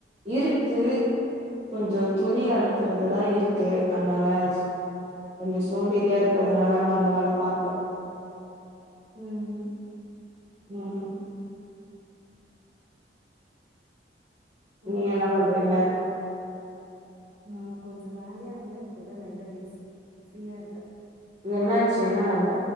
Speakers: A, on the right (about 35°); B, on the right (about 55°).
A: இருக்கு கொஞ்ச துணி அடுக்குறது தா இருக்கு அதனால கொஞ்ச சோம்பேறியா இருக்கு அதுனால நா அந்த வேல பாக்ல
B: ம்
A: ம்
B: புரியுது
A: நீங்க என்ன பண்றீங்க
B: நா கொஞ்ச வேலையா இருந்தே இப்பதா லைட்டா பேசு ஃப்ரீயா இருக்கே
A: என்னாச்சு என்ன வேல